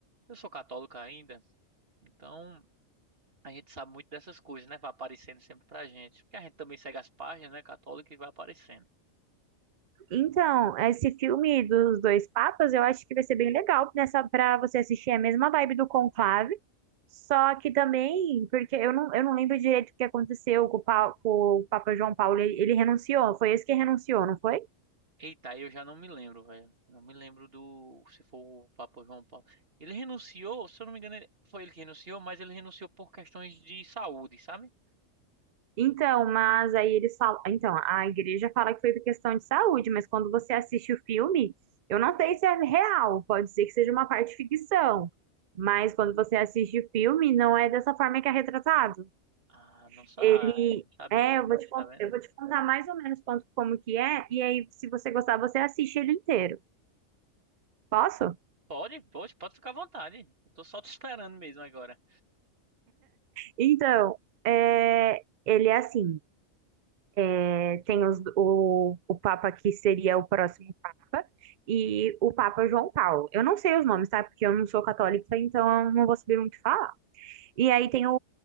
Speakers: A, on the right (about 45°); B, on the right (about 65°).
A: eu sou católico ainda, então a gente sabe muito dessas coisas, né? Vai aparecendo sempre pra gente. Porque a gente também segue as páginas, né, católica e vai aparecendo.
B: Então, esse filme dos dois papas, eu acho que vai ser bem legal nessa para você assistir É a mesma vibe do Conclave, só que também, porque eu não, eu não lembro direito o que aconteceu com o, pa, com o Papa João Paulo, ele, ele renunciou, foi esse que renunciou, não foi?
A: Eita, aí eu já não me lembro, velho. Não me lembro do. Se for o Papa João Paulo. Ele renunciou, se eu não me engano, ele- foi ele que renunciou, mas ele renunciou por questões de saúde, sabe?
B: Então, mas aí eles falam, então, a igreja fala que foi por questão de saúde, mas quando você assiste o filme, eu não sei se é real, pode ser que seja uma parte ficção, mas quando você assiste o filme, não é dessa forma que é retratado.
A: Ah, não, sa...
B: Ele
A: não sabia
B: é, eu
A: disso,
B: vou te contar,
A: tá vendo?
B: eu vou te contar mais ou menos quanto, como que é, e aí, se você gostar, você assiste ele inteiro. Posso?
A: Pode, pode, pode ficar à vontade. Eu tô só te esperando mesmo agora.
B: Então, é, ele é assim, é, tem os- o, o Papa que seria o próximo Papa e o Papa João Paulo. Eu não sei os nomes, tá? Porque eu não sou católica, então eu não vou saber muito falar. E aí tem o,